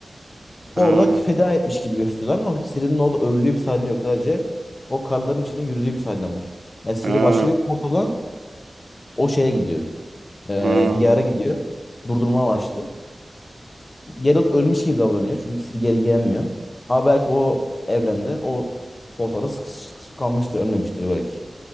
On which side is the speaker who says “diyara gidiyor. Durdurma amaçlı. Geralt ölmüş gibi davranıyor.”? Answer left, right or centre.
Left